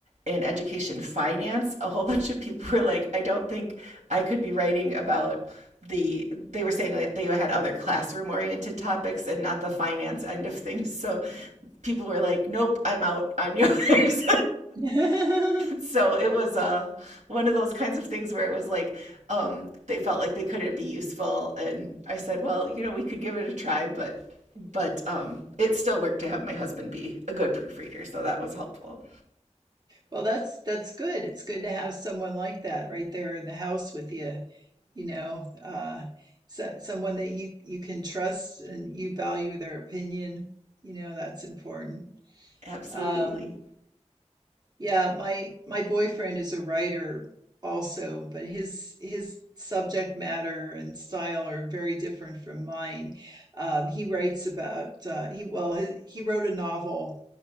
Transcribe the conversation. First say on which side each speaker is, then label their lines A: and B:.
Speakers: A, on the right; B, on the right.
A: and education finance, a whole <laughs> bunch of people were like, I don't think I could be writing about the they were saying that they had other classroom oriented topics and not the finance end of things so people were like nope i'm out on yours <laughs> <laughs>
B: <laughs>
A: so it was uh, one of those kinds of things where it was like um, they felt like they couldn't be useful and i said well you know we could give it a try but but um, it still worked to have my husband be a good proofreader so that was helpful
B: Well, that's that's good. It's good to have someone like that right there in the house with you, you know, uh, so, someone that you you can trust and you value their opinion. You know, that's important.
A: absolutely
B: Um, Yeah, my my boyfriend is a writer also, but his his subject matter and style are very different from mine. Um, he writes about uh, he well he, he wrote a novel